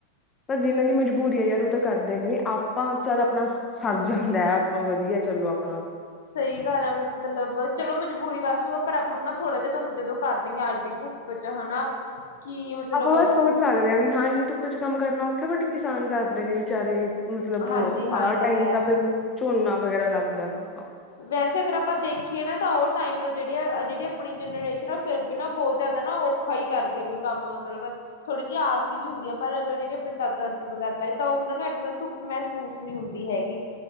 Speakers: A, on the left (about 20°); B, on the left (about 60°).
A: ਪਰ ਜਿਹਨਾਂ ਦੀ ਮਜਬੂਰੀ ਹੈ ਯਾਰ ਦੇ ਨੇ ਆਪ ਆਪਾਂ ਚੱਲ ਆਪਣਾ ਸਰ ਜਾਂਦੈ ਆਪਾਂ ਵਧੀਆ ਚਲੋ ਆਪ
B: ਸਹੀ ਗੱਲ ਹੈ, ਮਤਲਬ ਚਲੋ ਮਜਬੂਰੀ ਵਾਸਤੇ ਪਰ ਆਪਾਂ ਨੂੰ ਨਾ ਥੋੜਾ ਜਿਹਾ। ਤੁਹਾਨੂੰ ਜਦੋਂ <unintelligible> ਸਾਡੀ ਧੁੱਪ ਚ ਹਨਾ। ਕੀ ਮਤਲਬ
A: ਆਪਾਂ ਬਸ ਸੋਚ ਸਕਦੇ ਹਾਂ ਵੀ ਹਾਂ ਬੀ ਇਨੀਂ ਧੂੱਪ ਚ ਕੰਮ ਕਰਨਾ। ਬਟ ਕਿਸਾਨ ਕਰਦੇ ਨੇ ਵਿਚਾਰੇ, ਮਤਲਬ
B: ਹਾਂਜੀ ਹਾਂ
A: ਆਹ
B: ਇਹ
A: ਟਾਈਮ
B: ਹੈ।
A: ਤਾਂ ਫਿਰ ਹੁਣ ਝੋਨਾ ਵਗੈਰਾ ਲੱਗਦੈ। ਹਾਂ, <inaudible>
B: ਵੈਸੇ ਅਗਰ ਆਪਾਂ ਦੇਖੀਏ, ਨਾ ਤਾਂ ਉਹ ਟਾਇਮ ਜਿਹੜੇ ਜਿਹੜੀ ਆਪਣੀ ਜਨਰੇਸ਼ਨ ਆ ਫੇਰ ਵੀ ਨਾ ਬਹੁਤ ਜ਼ਿਆਦਾ ਨਾ ਔਖਾ ਹੀ ਕਰਦੀ ਸੀ ਕੰਮ ਮਤਲਬ ਥੋੜੀ ਜਿਹੀ ਆਲਸੀ ਹੁੰਦੀ ਆ ਪਰ ਅਗਰ ਜਿਹੜੀ ਆਪ ਦਾਦਾ-ਦਾਦੀ ਵਗੈਰਾ ਲਾਏ ਤਾਂ ਉਹਨਾਂ ਨੂੰ ਧੁੱਪ ਮਹਿਸੂਸ ਨਹੀਂ ਹੁੰਦੀ ਹੈਗੀ।